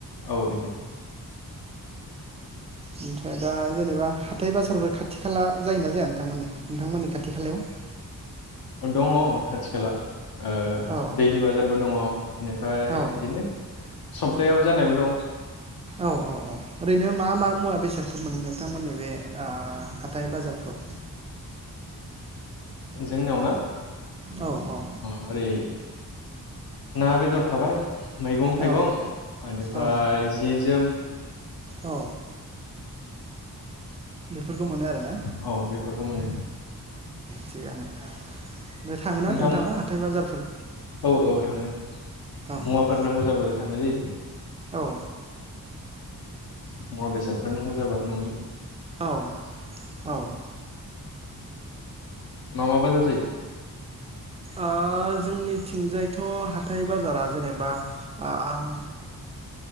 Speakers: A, on the left (about 80°); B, on the right (about 20°).
A: औ बिदि
B: ओमफ्राय दा जेनेबा हाथाय बाजारफोर खाथि खाला जायोना जाया नोंथां मानि नोंथांमोननि खाथि खालायाव
A: दङ खाथि खाला ओ
B: औ
A: दैलि बाजारबो दङ बेनिफ्राय
B: औ
A: बिदिनो सप्थायाव जानायबो दं
B: औ औ औ ओरैनो मा मा मुवा बेसादफोर मोनो नोंथांमोननि बे थाइ बाजारफ्राव
A: जोंनियाव ना
B: औ औ
A: ओरै ना बेदर थाबाय मैगं थाइगं
B: औ
A: बेनिफ्राय
B: औ
A: जि जोम
B: औ बेफोरखौ मोनो आरो ना
A: औ बेफोरखौ मोनो
B: थिगानो ओमफ्राय थाङोना
A: नोंथां
B: नोंथाङा हाथाय बाजारफोर
A: औ औ थाङो
B: औ
A: मुवाफोर
B: औ
A: नांगौ जाबथाय थानाय जायो
B: औ
A: मुवा बेसादफोर नांगौ जाबा ननि
B: औ औ
A: मा मा बाजार जायो
B: ओ जोंनिथिंजायथ हाथाय बाजारा जेनेबा आं
A: <inaudible>